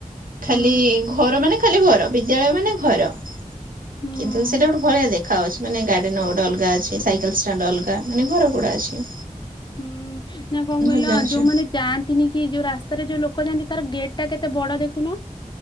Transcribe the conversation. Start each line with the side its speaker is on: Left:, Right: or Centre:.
Right: ଖାଲି
Left: ହୁଁ
Right: ଘର ମାନେ ଖାଲି ଘର ବିଦ୍ୟାଳୟ ମାନେ ଘର।
Left: ହୁଁ
Right: କିନ୍ତୁ ସେଟା ଗୋଟେ ସେଭଳିଆ ଦେଖ ଦେଖା ହଉଛି। ମାନେ ଗାର୍ଡେନ୍ ଗୋଟେ ଅଲଗା ଅଛି, ସାଇକେଲ ଷ୍ଟାଣ୍ଡ ଅଲଗା ମାନେ ଘର ଗୁଡା ଅଛି।
Left: ହୁଁ, ନାଁ କଣ କହିଲ
Right: ଭଲ ଲାଗୁଛି
Left: ଯୋଉମାନେ ଯାଆନ୍ତି ନି କି ଯୋଉ ରାସ୍ତାରେ ଯୋଉ ଲୋକ ଯାଆନ୍ତି ତାର ଗେଟ୍ ଟା କେତେ ବଡ ଦେଖୁନ।